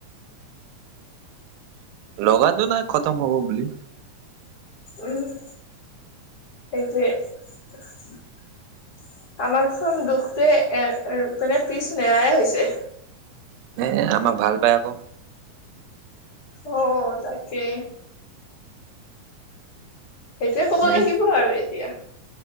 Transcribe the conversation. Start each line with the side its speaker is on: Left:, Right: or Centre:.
Right: লগাটো নাই খতম হ'ব বুলি।
Left: উম, এইটোৱে। আমাৰ ঘৰত দুখটোৱে এ <unintelligible> মানে পিছ নেৰাই হৈছে।
Right: এ আমাক ভাল পায় আকৌ।
Left: অ, তাকে। সেইটোৱে ক'ব
Right: নাই
Left: লাগিব আৰু এতিয়া।